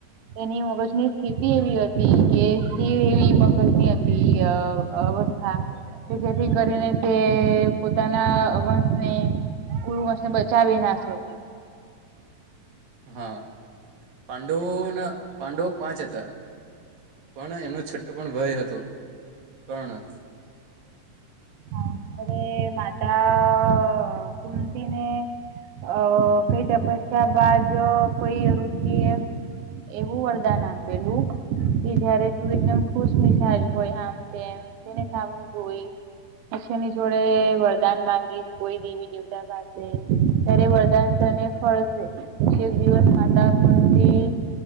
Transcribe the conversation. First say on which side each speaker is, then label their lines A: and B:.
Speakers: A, on the right (about 70°); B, on the right (about 80°).
A: તેની મગજની સ્થિતિ એવી હતી કે સ્થિર એવી મગજની હતી. હા તો જેથી કરીને તે પોતાના વંશને. કુુંને બચાવી નાશે.
B: હા પાંડવોના પાંડવો પાંચ હતા. પણ એમનો છઠ્ઠો પણ ભય હતો પણ.
A: હા અરે માતા કમતી ને. અ કઈ તપસ્યા બાદ કોઈઋચિ એ. એવું વરદાન આપેલું કે જયારે તું એકદમ ખુશ મિસાાજ હોય આમ તેમ. તેને સામું ધોઈ. પછ એની જોડે વરદાન માંગીશ કોઈ દેવી દેવતા પાસે. ત્યારે વરદાન અને ફળશેી એક દિવસ માતા કતી.